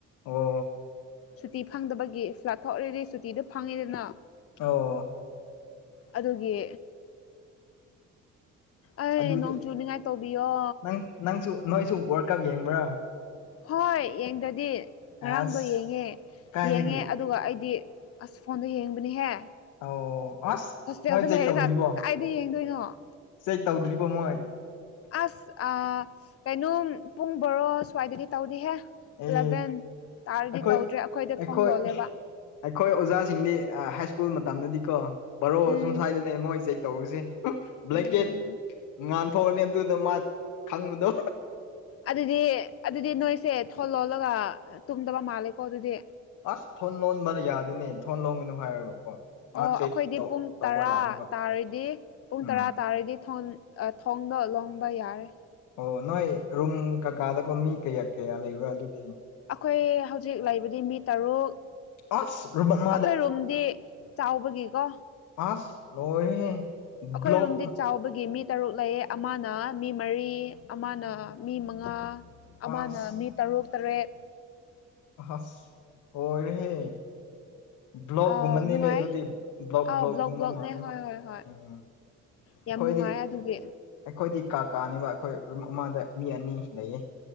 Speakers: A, on the left; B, on the left.
A: ꯑꯣ
B: ꯁꯨꯇꯤ ꯐꯪꯗꯕꯒꯤ ꯐ꯭ꯂꯥꯠ ꯊꯣꯛꯔꯗꯤ ꯁꯨꯇꯤꯗꯨ ꯐꯪꯉꯤꯗꯅ
A: ꯑꯧꯋꯣ
B: ꯑꯗꯨꯒꯤ ꯑꯩ
A: ꯑꯗꯨꯗꯤ
B: ꯅꯣꯡ ꯆꯨꯅꯤꯉꯥꯏ ꯇꯧꯕꯤꯌꯣ
A: ꯅꯪ ꯅꯪꯁꯨ ꯅꯣꯏꯁꯨ ꯋꯥꯔꯜ ꯀꯞ ꯌꯦꯡꯕ꯭ꯔꯥ
B: ꯍꯣꯏ ꯌꯦꯡꯗꯗꯤ ꯉꯔꯥꯡꯗꯣ
A: ꯑꯁ
B: ꯌꯦꯡꯉꯦ
A: ꯀꯥꯏꯗꯒꯤ
B: ꯌꯦꯡꯉꯦ ꯑꯗꯨꯒ ꯑꯩꯗꯤ ꯑꯁ ꯐꯣꯟꯗ ꯌꯦꯡꯕꯅꯤꯍꯦ
A: ꯑꯧ ꯑꯁ
B: ꯍꯣꯁꯇꯦꯜꯗ
A: ꯅꯣꯏ ꯆꯦꯛ
B: ꯂꯩꯔꯒ
A: ꯇꯧꯗ꯭ꯔꯤꯕꯣ
B: ꯀꯥꯏꯗ ꯌꯦꯡꯗꯣꯏꯅꯣ
A: ꯆꯦꯛ ꯇꯧꯗ꯭ꯔꯤꯕꯣ ꯃꯣꯏ
B: ꯑꯁ ꯑꯥ ꯀꯩꯅꯣꯝ ꯄꯨꯡ ꯕꯣꯔꯣ ꯁ꯭ꯋꯥꯏꯗꯗꯤ ꯇꯧꯗꯤꯍꯦ ꯑꯦꯂꯚꯦꯟ
A: ꯑꯦ
B: ꯇꯥꯔꯗꯤ
A: ꯑꯩꯈꯣꯏ
B: ꯇꯧꯗ꯭ꯔꯦ ꯑꯩꯈꯣꯏꯗꯣ
A: ꯑꯩꯈꯣꯏ
B: ꯊꯣꯡ ꯂꯣꯜꯂꯦꯕ
A: ꯑꯩꯈꯣꯏ ꯑꯣꯖꯥꯁꯤꯡꯗꯤ ꯍꯥꯏ ꯁ꯭ꯀꯨꯜ ꯃꯇꯝꯗꯗꯤ ꯀꯣ ꯕꯔꯣ
B: ꯎꯝ
A: ꯑꯁꯨꯝ ꯁ꯭ꯋꯥꯏꯗꯅꯦ ꯃꯣꯏ ꯆꯦꯛ ꯇꯧꯔꯤꯁꯦ ꯕ꯭ꯂꯦꯡꯀꯦꯠ
B: ꯎꯝ
A: ꯉꯥꯟꯊꯣꯛꯑꯅꯤ ꯑꯗꯨꯗ ꯃꯥ ꯈꯪꯕꯗꯣ
B: ꯑꯗꯨꯗꯤ ꯑꯗꯨꯗꯤ ꯅꯣꯏꯁꯦ ꯊꯣ ꯂꯣꯜꯂꯒ ꯇꯨꯝꯗꯕ ꯃꯥꯜꯂꯦꯀꯣ ꯑꯗꯨꯗꯤ
A: ꯑꯁ ꯊꯣꯟ ꯂꯣꯟꯕ ꯌꯥꯗꯦꯅꯦ ꯊꯣꯟ ꯂꯣꯟꯒꯅꯨ ꯍꯥꯏꯔꯒꯀꯣ ꯃꯥ
B: ꯑꯣ
A: ꯆꯦꯛ
B: ꯑꯩꯈꯣꯏꯗꯤ
A: ꯇꯧ
B: ꯄꯨꯡ
A: ꯇꯧꯕ
B: ꯇꯔꯥ
A: ꯂꯥꯛꯅꯤꯕ
B: ꯇꯥꯔꯗꯤ ꯄꯨꯡ
A: ꯎꯝ
B: ꯇꯔꯥ ꯇꯥꯔꯗꯤ ꯊꯣꯟ ꯑ ꯊꯣꯡꯗꯣ ꯂꯣꯟꯕ ꯌꯥꯔꯦ
A: ꯑꯣ ꯅꯣꯏ ꯔꯨꯝ ꯀꯀꯥꯗꯀꯣ ꯃꯤ ꯀꯌꯥ ꯀꯌꯥ ꯂꯩꯕ꯭ꯔꯥ ꯑꯗꯨꯗꯤ
B: ꯑꯈꯣꯏ ꯍꯧꯖꯤꯛ ꯂꯩꯕꯗꯤ ꯃꯤ ꯇꯔꯨꯛ
A: <unintelligible>
B: ꯑꯈꯣꯏ ꯔꯨꯝꯗꯤ ꯆꯥꯎꯕꯒꯤꯀꯣ
A: ꯑꯥꯁ ꯂꯣꯏꯔꯦꯍꯦ
B: ꯑꯈꯣꯏ
A: ꯕ꯭ꯂꯣꯛ
B: ꯔꯨꯝꯗꯤ ꯆꯥꯎꯕꯒꯤ ꯃꯤꯠ ꯇꯔꯨꯛ ꯂꯩꯌꯦ ꯑꯃꯅ ꯃꯤ ꯃꯔꯤ ꯑꯃꯅ ꯃꯤ ꯃꯉꯥ ꯑꯃꯅ
A: ꯑꯁ
B: ꯃꯤ ꯇꯔꯨꯛ ꯇꯔꯦꯠ
A: ꯑꯍꯥꯁ ꯂꯣꯏꯔꯦꯍꯦ ꯕ꯭ꯂꯣꯛꯒꯨꯝꯕꯅꯤꯅꯦ
B: ꯑꯥꯎ ꯅꯨꯡꯉꯥꯏ
A: ꯑꯗꯨꯗꯤ ꯕ꯭ꯂꯣꯛ
B: ꯑꯥꯎ
A: ꯕ꯭ꯂꯣꯛꯀꯨꯝꯕ
B: ꯕ꯭ꯂꯣꯛꯅꯦ
A: ꯃꯥꯜꯂꯤ
B: ꯍꯣꯏ ꯍꯣꯏ ꯍꯣꯏ
A: ꯎꯝ
B: ꯌꯥꯝ
A: ꯑꯩꯈꯣꯏꯗꯤ
B: ꯅꯨꯡꯉꯥꯏ ꯑꯗꯨꯒꯤ
A: ꯑꯩꯈꯣꯏꯗꯤ ꯀꯥ ꯀꯥꯅꯦꯕ ꯑꯩꯈꯣꯏ ꯔꯨꯝ ꯑꯃꯗ ꯃꯤ ꯑꯅꯤ ꯂꯩꯌꯦ